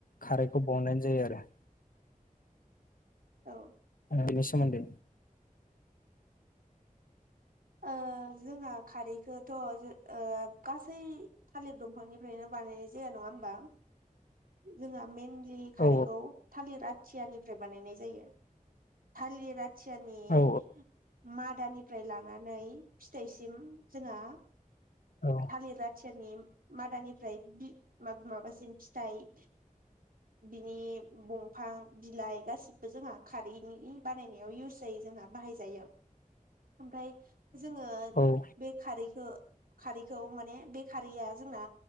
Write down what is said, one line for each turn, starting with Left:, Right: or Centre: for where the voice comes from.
Left: खारैखौ बनायनाय जायो आरो
Right: औ।
Left: बि नि सोमोनदो
Right: ओ जोंहा खारैखौथ ओ गासै थालिर दंफांनिफ्रायनो बानायनाय जाया। नङा होमबा? जोंहा मेन लि खारिखौ
Left: औ
Right: थालिर आ थियानिफ्राय बानायनाय जायो। थालिर आथ सोरनि
Left: औ
Right: मात दानिफ्राय लानानै फिथाइसिम जोंहा
Left: औ
Right: थालिर आथियानि मादानिफ्राय बि मा-माबासिम फिथाइ बिनि बंफां बिलाइ गासिबो जोंहा खारैनि बानायनायाव इउस जायो। जोंहा बाहायजायो। ओमफाय जोङो
Left: औ औ
Right: बे खारै खो खारैखौ माने बे खारैया जोंना